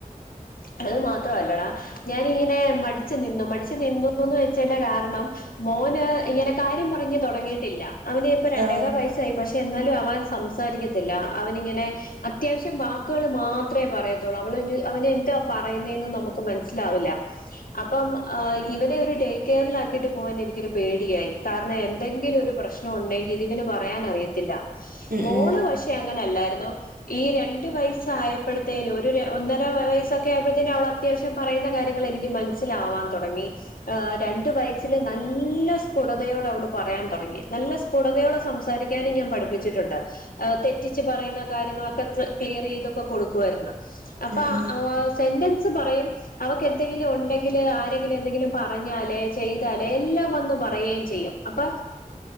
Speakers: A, on the left; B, on the right.
A: അത് മാത്രല്ലടാ ഞാൻ ഇങ്ങനെ മടിച്ച് നിന്നു മടിച്ചു നിന്നുന്ന് വെച്ച്ന്റെ കാരണം മോന് ഇങ്ങനെ കാര്യം പറഞ്ഞ് തു തൊടങ്ങിയിട്ടില്ല അവന് ഇപ്പം രണ്ടേകാ
B: ആഹ്
A: വയ അയി പക്ഷെ എന്നാലും അവൻ സംസാരിക്കത്തില്ല അവൻ ഇങ്ങനെ അത്യാവശ്യം വാക്കുകൾ മാത്രേ പറയത്തുള്ളൂ അവള് എ അവന് എന്താ പറയുന്നേന്ന് നമുക്ക് മനസ്സിലാവില്ല അപ്പം ഇവനെ ഒരു ഡേകെയറിലാക്കിയിട്ട് പോകാൻ എനിക്കൊരു പേടിയായി കാരണം എന്തെങ്കിലും ഒരു പ്രശ്ന ലൊണ്ടെങ്കിൽ ഇതിന് പറയാനറിയത്തില്ല.
B: ഉം
A: മോള്
B: ഉം
A: പക്ഷെ ക്കെ അങ്ങനല്ലായിരുന്നു, ഈ രണ്ടു വയസ്സായപ്പോഴത്തേനും ഒരു ഒന്നര വയസ്സൊ ക്കെ ആയപ്പോഴത്തേെനും അവൾ അത്യാവശ്യം പറയുന്ന കാര്യങ്ങൾ എനിക്ക് മനസ്സിലാവാൻ തുടങ്ങി ആഹ് രണ്ടു വയസ്സില് നല്ല സ്ഫുടതയോടെ അവള് പറയാൻ തുടങ്ങി നല്ല സ് സ്ഫുടതയോടെ സംസാരിക്കാനും ഞാൻ പഠിപ്പിച്ചിട്ടുണ്ട് തെറ്റിച്ച് പറയുന്ന കാര്യങ്ങളൊക്കെ ക്ലിയർ ചെയ്തൊക്കെ കൊടുക്കുവായിരുന്നു അപ്പൊ
B: ഉം ഉം
A: സെന്റൻസ് പറയും അവക്ക് എന്തെങ്കിലും ഉണ്ടെങ്കില് ആരെങ്കിലും എന്തെങ്കിലും പറഞ്ഞാലേ ചെയ്താലേ എല്ലാം വന്ന് പറയുകയും ചെയ്യും അപ്പ